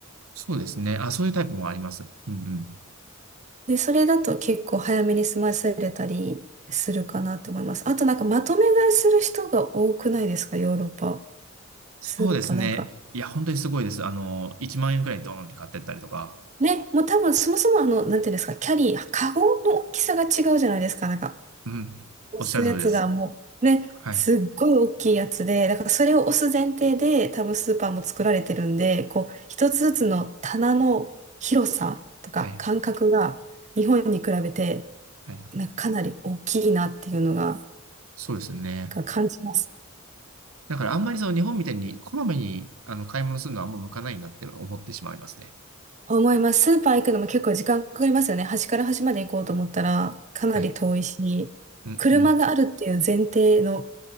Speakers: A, on the right; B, on the right.
A: そうですね。あ、そういうタイプもあります。うんうん。
B: で、それだと結構早めに済ませれたりするかなって思います。あとなんかまとめ買いする人が多くないですか、ヨーロッパ。
A: そうですね。
B: スーパーなんか、
A: いや、本当にすごいです。あの、1万円くらいドーンって買ってったりとか。
B: ね、もう多分そもそもあの、なんていうんですか、キャリー、カゴの大きさが違うじゃないですか、なんか、
A: うん。
B: 押すやつがもう、
A: おっしゃる通りです。
B: ね、
A: はい。
B: すっごい大きいやつで、だからそれを押す前提で、多分スーパーも作られてるんで、こう、一つずつの棚の広さとか間隔が、
A: はい。
B: 日本に比べて、
A: はい。
B: なんかかなり大きいなっていうのが、
A: そうですね。
B: なんか感じます。
A: だからあんまりその日本みたいにこまめにあの買い物するのはあんま向かないなって思ってしまいますね。
B: 思います。スーパー行くのも結構時間かかりますよね。端から端まで行こうと思ったらかなり遠いし、
A: はい。うんうん。
B: 車があるっていう前提の